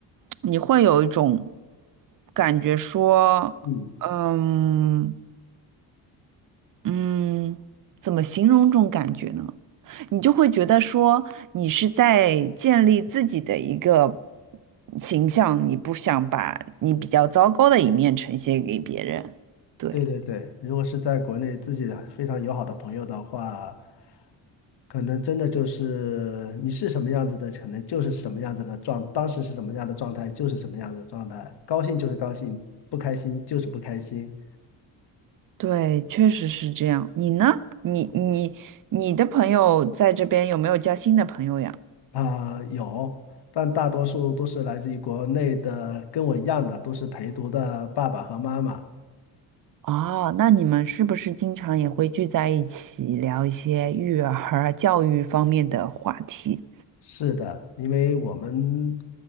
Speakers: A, on the right (about 40°); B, on the left (about 55°).
A: 你会有一种感觉说，
B: 嗯。
A: 嗯嗯，怎么形容这种感觉呢？你就会觉得说你是在建立自己的一个形象，你不想把你比较糟糕的一面呈现给别人，对。
B: 对对对，如果是在国内自己的非常友好的朋友的话，可能真的就是你是什么样子的，可能就是什么样子的状，当时是什么样的状态就是什么样的状态，高兴就是高兴，不开心就是不开心
A: 对，确实是这样。你呢？你你你的朋友在这边有没有交新的朋友呀？
B: 啊，有，但大多数都是来自于国内的，跟我一样的，都是陪读的爸爸和妈妈。
A: 哦，那你们是不是经常也会聚在一起聊一些育儿、教育方面的话题？
B: 是的，因为我们